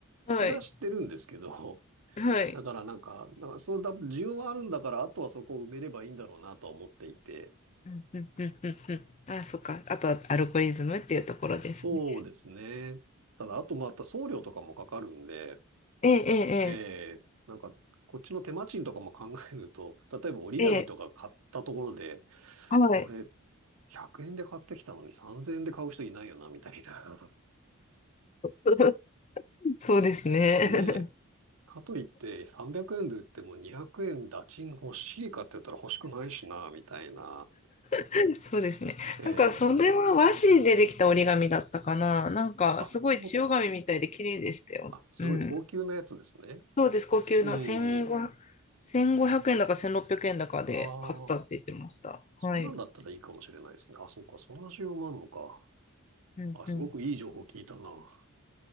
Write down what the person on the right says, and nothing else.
それは知ってるんですけど、
だからなんか、なんかそうだ、需要はあるんだから、あとはそこを埋めればいいんだろうなとは思っていて、
そうですね。ただ、あとまた送料とかもかかるんで、
ええなんか、こっちの手間賃とかも考えると、例えば折り紙とか買ったところで、
これ100円で買ってきたのに3000円で買う人いないよな、みたいな。
<laughs> ね。かといって300円で売っても200円打賃欲しいかって言ったら欲しくないしな、みたいな。
ええ
あ、
もう、あ、すごい高級なやつですね。
うん。
ああ。そんなんだったらいいかもしれないですね。
あ、そうか、そんな需要もあるのか。
あ、すごくいい情報聞いたな。